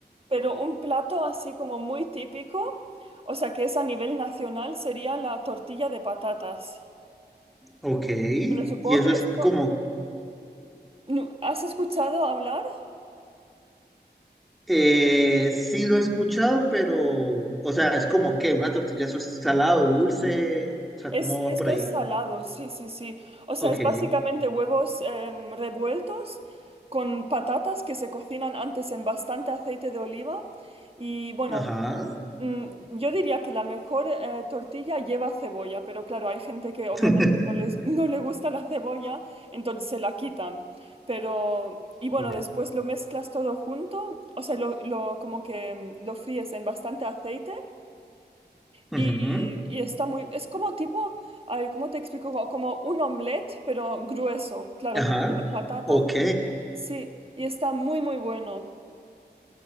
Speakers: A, on the right; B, in the centre.
A: Pero un plato así como muy típico, o sea, que es a nivel nacional, sería la tortilla de patatas.
B: ok,
A: Bueno, supongo
B: y eso
A: que
B: es
A: esto...
B: como,
A: ¿no- ¿Has escuchado hablar?
B: eh, sí lo he escuchado, pero, o sea, es como que una tortilla, eso es salado, dulce, o sea,
A: Es,
B: cómo
A: esto
B: va por ahí.
A: es salado, sí, sí, sí. O sea,
B: Ok,
A: es básicamente huevos em, revueltos con patatas que se cocinan antes en bastante aceite de oliva. Y bueno,
B: ajá.
A: mm, yo diría que la mejor eh, tortilla lleva cebolla, pero claro, hay gente que obviamente
B: <laughs>
A: no les, <laughs> no le gusta la cebolla, entonces se la quitan. Pero, y bueno,
B: Ok.
A: después lo mezclas todo junto, o sea, lo, lo- como que mm, lo fríes en bastante aceite y,
B: Ujú,
A: y está muy, es como tipo, a ver, ¿cómo te explico? Como, como un omelette, pero grueso, claro,
B: Ajá.
A: como lleva patata.
B: Ok.
A: Sí, y está muy, muy bueno.